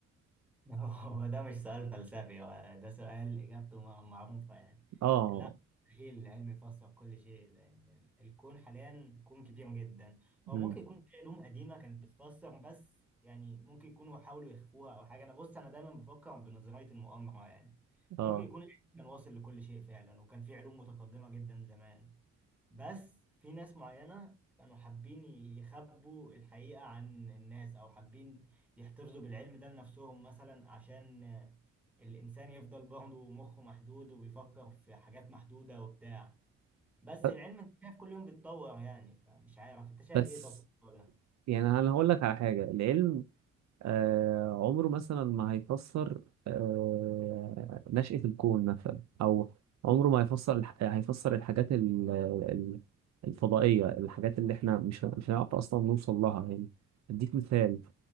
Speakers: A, in the centre; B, on the right.
A: <laughs> هو ده مش سؤال فلسفي هو ده سؤال إجابته م- معروفة يعني
B: آه
A: لا مستحيل العلم يفسر كل شيء لأن ال- الكون حاليا كون كبير جدا هو
B: مم.
A: ممكن يكون في علوم قديمة كانت بتفسر بس يعني ممكن يكونوا حاولوا يخفوها أو حاجة أنا بص أنا دايما بفكر بنظرية المؤامرة يعني ممكن
B: آه
A: يكون العلم كان واصل لكل شيء فعلا وكان في علوم متقدمة جدا زمان بس في ناس معينة كانوا حابين يخبوا الحقيقة عن الناس أو حابين يحتفظوا بالعلم ده لنفسهم مثلا عشان آه، الإنسان يفضل برضه مخه محدود وبيفكر في حاجات محدودة وبتاع بس
B: ب-
A: العلم أنت شايف كل يوم بيتطور يعني فمش عارف أنت شايف
B: بس
A: إيه طب في الموضوع ده؟
B: يعني أنا هقول لك على حاجة العلم آه عمره مثلا ما هيفسر آه نشأة الكون مثلا أو عمره ما هيفسر الح... هيفسر الحاجات ال... ال- الفضائية الحاجات اللي احنا مش مش هنعرف أصلا نوصل لها يعني أديك مثال